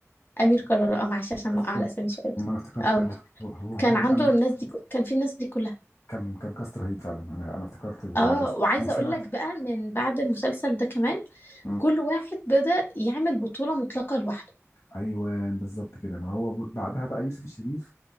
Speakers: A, on the left (about 40°); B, on the left (about 60°).
A: امير قرار اه معلش عشان
B: افتكرت
A: موقع على اسامي شويه
B: ما انا افتكرت
A: اه
B: لا هو هو هو,
A: كان
B: هو
A: عنده
B: فعلا
A: الناس دي ك- كان في الناس دي كلها
B: كان كان كاست رهيب فعلا انا انا افتكرت البتاع
A: اه
B: بس
A: وعايزه
B: وسمعت
A: اقول لك بقى من بعد المسلسل ده كمان
B: مم.
A: كل واحد بدأ يعمل بطوله مطلقه لوحده
B: ايوه بالظبط كده ما هو ب- بعدها بقى يوسف الشريف